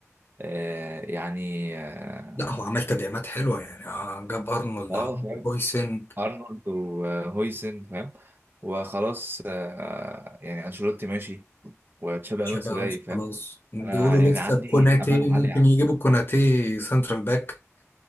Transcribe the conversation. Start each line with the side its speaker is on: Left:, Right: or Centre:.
Right: آه يعني اه
Left: لا هو عمل تدعيمات حلوة يعني آه، جاب ارنولد
Right: آه، فاهم
Left: هويسن
Right: ارنولد وهويسن فاهم وخلاص آه يعني انشيلوتي ماشي وتشابي
Left: تشابي
Right: الونسو
Left: الونسو
Right: جاي فاهم
Left: خلاص بيقولوا
Right: انا يعني
Left: لسه
Right: عندي
Left: كوناتي
Right: امل عالي
Left: ممكن يجيبوا كوناتي سنترال باك